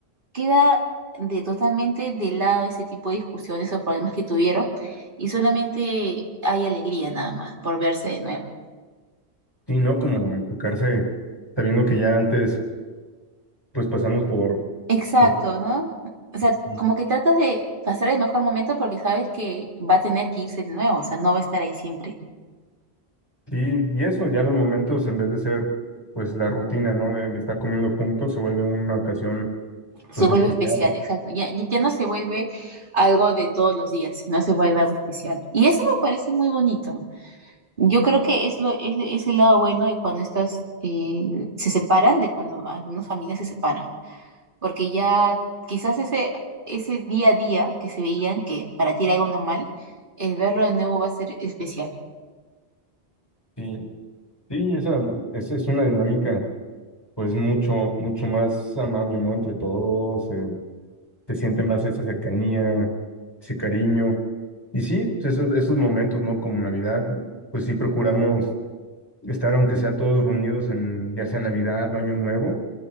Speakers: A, on the right; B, on the left.
A: queda de totalmente de lado ese tipo de discusiones o problemas que tuvieron y solamente hay alegría nada más por verse de nuevo.
B: sí, ¿no? Como enfocarse, sabiendo que ya antes pues pasamos por,
A: Exacto,
B: por
A: ¿no? O sea,
B: ti
A: como que tratas de pasar el mejor momento porque sabes que va a tener que irse de nuevo, o sea, no va a estar ahí siempre.
B: y eso, ya los momentos en vez de ser pues la rutina, ¿no? De, de estar comiendo juntos se vuelve una ocasión
A: Se
B: pues
A: vuelve
B: especial.
A: especial, exacto. Ya, ya ya no se vuelve algo de todos los días, sino se vuelve algo especial. Y eso me parece muy bonito. Yo creo que es, lo, es, es el lado bueno de cuando estas eh, se separan, de cuando algunas familias se separan. porque ya quizás ese, ese día a día que se veían, que para ti era algo normal, el verlo de nuevo va a ser especial.
B: Sí, sí, esa, esa es una dinámica pues mucho, mucho más amable, ¿no? Entre todos, eh, se siente más esa cercanía, ese cariño. Y sí, pues, esos, esos momentos, ¿no? Como Navidad, pues sí procuramos estar aunque sea todos reunidos en ya sea Navidad o Año Nuevo